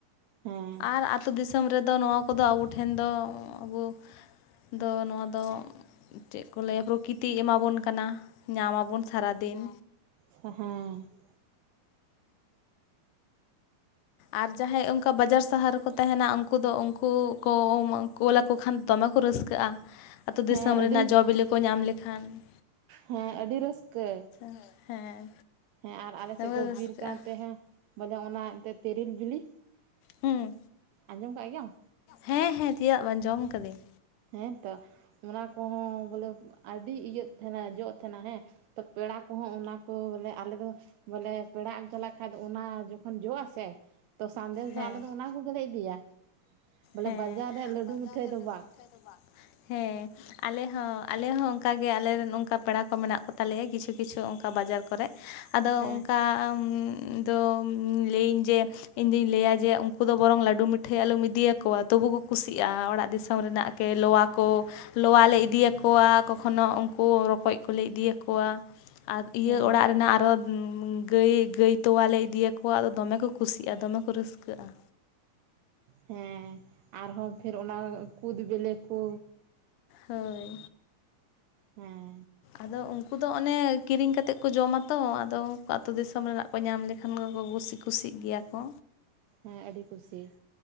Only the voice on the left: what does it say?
ᱟᱨ ᱟᱛᱳ ᱫᱤᱥᱚᱢ ᱨᱮᱫᱚ ᱱᱚᱣᱟ ᱠᱚᱫᱚ ᱟᱵᱚ ᱴᱷᱮᱱ ᱫᱚ ᱟᱵᱚ ᱫᱚ ᱱᱚᱣᱟ ᱫᱚ, ᱪᱮᱫ ᱠᱚ ᱞᱟᱹᱭᱟ ᱯᱨᱚᱠᱤᱛᱤᱭ ᱮᱢᱟ ᱵᱚᱱ ᱠᱟᱱᱟ᱾ ᱧᱟᱢ ᱟᱵᱚᱱ ᱥᱟᱨᱟ ᱫᱤᱱ᱾
ᱟᱨ ᱡᱟᱦᱟᱸᱭ ᱚᱱᱠᱟ ᱵᱟᱡᱟᱨ ᱥᱟᱦᱟᱨ ᱨᱮᱠᱚ ᱛᱟᱦᱮᱸᱱᱟ ᱩᱱᱠᱩ ᱫᱚ ᱩᱱᱠᱩ ᱠᱚ ᱠᱳᱞ ᱟᱠᱚ ᱠᱷᱟᱱ ᱫᱚᱢᱮ ᱠᱚ ᱨᱟᱹᱥᱠᱟᱹᱜᱼᱟ᱾ ᱟᱛᱳ ᱫᱤᱥᱚᱢ
ᱨᱮᱱᱟᱜ
ᱡᱚ ᱵᱤᱞᱤ ᱠᱚ ᱧᱟᱢ ᱞᱮᱠᱷᱟᱱ-
<unintelligible> ᱦᱮᱸ
ᱫᱚᱢᱮ
ᱠᱚ
ᱨᱟᱹᱥᱠᱟᱹᱜᱼᱟ
ᱦᱮᱸ
ᱦᱮᱸ ᱦᱮᱸ ᱛᱤᱭᱟᱜ ᱵᱟᱝ ᱡᱚᱢ ᱟᱠᱟᱫᱟᱹᱧ᱾
ᱦᱮᱸ
ᱦᱮᱸ,
ᱚᱱᱟ
ᱵᱟᱡᱟᱨ
ᱨᱮᱭᱟᱜ
ᱞᱟᱹᱰᱩ
ᱠᱷᱟᱡ ᱫᱚ ᱵᱟᱝ, ᱦᱮᱸ᱾ ᱟᱞᱮ ᱦᱚᱸ ᱟᱞᱮ ᱦᱚᱸ ᱚᱱᱠᱟ ᱜᱮ ᱟᱞᱮᱨᱮᱱ ᱚᱱᱠᱟ ᱯᱮᱲᱟ ᱠᱚ ᱢᱮᱱᱟᱜ ᱠᱚ ᱛᱟᱞᱮᱭᱟ ᱠᱤᱪᱷᱩ ᱠᱤᱪᱷᱩ ᱚᱱᱠᱟ ᱵᱟᱡᱟᱨ ᱠᱚᱨᱮ᱾ ᱟᱫᱚ
ᱚᱱᱠᱟ ᱫᱚ ᱞᱟᱹᱭᱟᱹᱧ ᱡᱮ ᱤᱧ ᱫᱩᱧ ᱞᱟᱹᱭᱟ ᱡᱮ ᱩᱱᱠᱩ ᱫᱚ ᱵᱚᱨᱚᱝ ᱞᱟᱹᱰᱩ ᱢᱤᱴᱷᱟᱹ ᱟᱞᱚᱢ ᱤᱫᱤ ᱟᱠᱚᱣᱟ ᱛᱚᱵᱩ ᱠᱚ ᱠᱩᱥᱤᱜᱼᱟ ᱚᱲᱟᱜ ᱫᱤᱥᱚᱢ ᱨᱮᱱᱟᱜ ᱞᱚᱣᱟ ᱠᱚ ᱞᱚᱣᱟ ᱞᱮ ᱤᱫᱤ ᱟᱠᱚᱣᱟ, ᱠᱚᱠᱷᱚᱱᱳ ᱩᱱᱠᱩ ᱨᱚᱠᱚᱡ ᱠᱚᱞᱮ ᱤᱫᱤ ᱟᱠᱚᱣᱟ᱾ ᱟᱨ ᱤᱭᱟᱹ
ᱚᱲᱟᱜ ᱨᱮᱱᱟᱜ ᱟᱨᱚ ᱜᱟᱹᱭ ᱜᱟᱹᱭ ᱛᱚᱣᱟ ᱞᱮ ᱤᱫᱤ ᱟᱠᱚᱣᱟ ᱟᱫᱚ ᱫᱚᱢᱮ ᱠᱚ ᱠᱩᱥᱤᱜᱼᱟ, ᱫᱚᱢᱮ ᱠᱚ ᱨᱟᱹᱥᱠᱟᱹᱜᱼᱟ᱾
ᱦᱳᱭ
ᱟᱫᱚ ᱩᱱᱠᱩ ᱫᱚ ᱚᱱᱮ ᱠᱤᱨᱤᱧ ᱠᱟᱛᱮᱫ ᱠᱚ ᱡᱚᱢᱟ ᱛᱚ, ᱟᱫᱚ ᱟᱛᱳ ᱫᱤᱥᱚᱢ ᱨᱮᱱᱟᱜ ᱧᱟᱢ ᱞᱮᱠᱷᱟᱱ ᱜᱮ ᱠᱚ ᱠᱩᱥᱤ ᱠᱩᱥᱤᱜ ᱜᱮᱭᱟ ᱠᱚ᱾